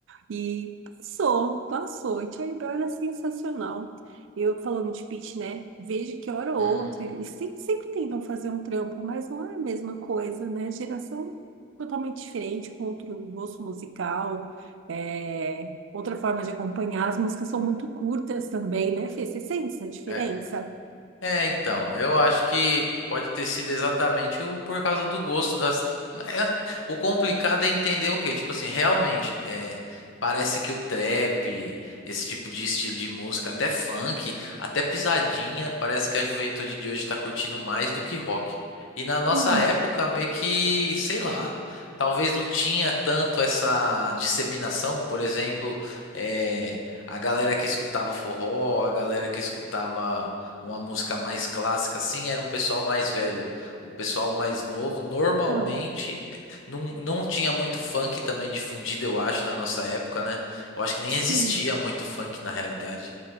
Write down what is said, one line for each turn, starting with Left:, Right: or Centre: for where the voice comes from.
Right: E passou, passou. E Charlie Brown era sensacional. Eu falando de Pitch, né? Vejo que hora ou
Left: hum,
Right: outra, eles sempre, sempre tentam fazer um trampo, mas não é a mesma coisa, né? Geração totalmente diferente, com outro gosto musical, é, outra forma de acompanhar. As músicas são muito curtas também, né, Fê? Você sente essa diferença?
Left: é. É, então, eu acho que pode ter sido exatamente o, por causa do gosto das. é, o complicado é entender o quê? Tipo assim, realmente, é, parece que o trap, esse tipo de estilo de música, até funk, até pisadinha, parece que a juventude de hoje tá curtindo mais do que rock. E na nossa
Right: Uhum,
Left: época, meio que, sei lá, talvez não tinha tanto essa disseminação, por exemplo, é, a galera que escutava forró, a galera que escutava uma música mais clássica, assim, era um pessoal mais velho. O pessoal mais novo, normalmente,
Right: uhum,
Left: não, não tinha muito funk também difundido, eu acho, na nossa época, né? Eu acho que nem
Right: sim.
Left: existia muito funk na realidade.